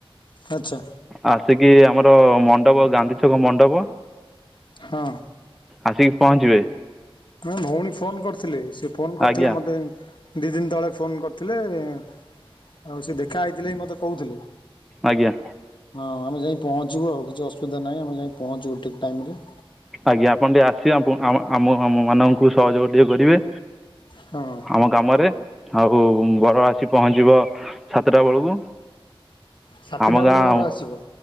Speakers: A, on the left; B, in the centre.
A: ଆଚ୍ଛା।
B: ଆସିକି ଆମର ମଣ୍ଡପ ଗାନ୍ଧିଛକ ମଣ୍ଡପ
A: ହଁ।
B: ଆସିକି ପହଞ୍ଚିବେ।
A: ନା ଭଉଣୀ ଫୋନ କରିଥିଲେ, ସେ ଫୋନ କରିଥିଲେ
B: ଆଜ୍ଞା
A: ମତେ ଦିଇ ଦିନ ତଳେ ଫୋନ କରିଥିଲେ ଆଉ ସେ ଦେଖା ହେଇଥିଲେବି ବି ମତେ କହୁଥିଲେ।
B: ଆଜ୍ଞା।
A: ହଁ ଆମେ ଯାଇ ପହଞ୍ଚିବୁ ଆଉ କିଛି ଅସୁବିଧା ନାହିଁ ଆମେ ଯାଇ ପହଞ୍ଚିବୁ ଠିକ୍ ଟାଇମରେ।
B: ଆଜ୍ଞା ଆପଣ ଟିକେ ଆସିିବେ ଆମ ଆମ ମାନଙ୍କୁ ସହଯୋଗ ଟିକେ କରିବେ।
A: ହଁ।
B: ଆମ କାମରେ ଆଉ ବର ଆସି ପହଞ୍ଚିବ ସାତଟା ବେଳକୁ।
A: ସାତେଟା
B: ଆମ ଗାଁ
A: ବେଳେ ବର ଆସିବ,